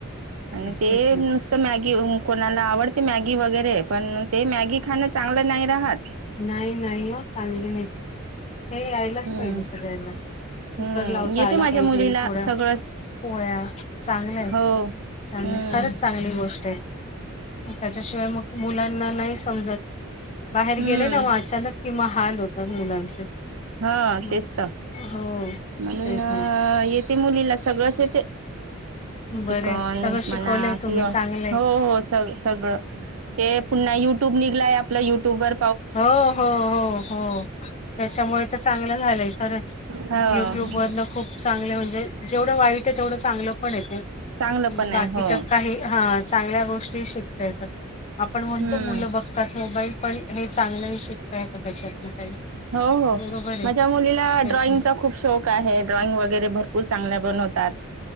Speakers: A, on the right (about 80°); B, on the left (about 30°).
A: आणि
B: तेच
A: ते
B: ना.
A: नुसं मॅगी म कोणाला आवडते मॅगी वगैरे पण ते मॅगी खाणं चांगलं नाही राहात.
B: नाही-नाही हं चांगली नाही. हे यायलाच
A: हम्म
B: पाहिजे सगळ्यांना. कुकर
A: हम्म,
B: लावता
A: येते
B: आला
A: माझ्या
B: पाहिजे,
A: मुलीला
B: थोडा
A: सगळंच.
B: पोळ्या, चांगलंय
A: हो
B: -चांगलंय
A: हम्म
B: खरंच चांगली गोष्ट आहे, म त्याच्याशिवाय मग मुलांना नाही समजत. बाहेर
A: हम्म
B: गेले ना ओ अचानक कि मं हाल होतात मुलांचे.
A: हा,
B: मग
A: हेच त
B: हो.
A: म्हणून
B: तेच
A: अं
B: ना
A: येते मुलीला सगळंच येते.
B: बरं
A: चिकन
B: सगळं शिकवलंय
A: म्हणा
B: तुम्ही
A: किवा,
B: चांगलंय
A: हो हो सगळंच. सगळं, ते पुन्हा युट्यूब निघलंय, आपलं युट्यूबवर
B: हो -हो, हो -हो त्याच्यामुळे तर चांगलं झालंय खरंच,
A: ह
B: युट्यूब वरन खूप चांगलं म्हणजे जेवढं वाईट ये तेवढं चांगलं पण आहे ते,
A: चांगलं
B: म्हणजे
A: पण
B: बाकीच्यात
A: आहे हो
B: काही हा चांगल्या गोष्टी शिकता येतात, आपण म्हणतो
A: हम्म
B: मुलं बघतात मोबाईल पण हे चांगलं शिक शिकताय येत त्याच्यातनं काही
A: हो -हो
B: बरोबर आहे
A: माझ्या मुलीला
B: तेच
A: ड्रॉइंगचा
B: ना.
A: खूप शौक आहे, ड्रॉइंग वगैरे भर पुर चांगल्या बनवतात.